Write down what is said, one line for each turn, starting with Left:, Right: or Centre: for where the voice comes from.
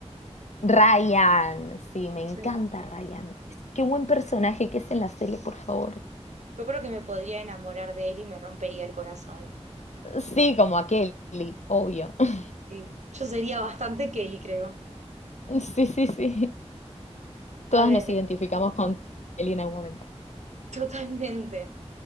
Left: Ryan, sí, me encanta
Right: Ahí va.
Left: Ryan. Es- qué buen personaje que es en la serie, por favor.
Right: Yo creo que me podría enamorar de él y me rompería el corazón.
Left: Sí, como a Kelly, obvio. <laughs>
Right: Sí. Yo sería bastante Kelly, creo.
Left: Sí, sí, sí. Todas
Right: A ver,
Left: nos identificamos con Kelly en algún momento.
Right: <laughs> totalmente.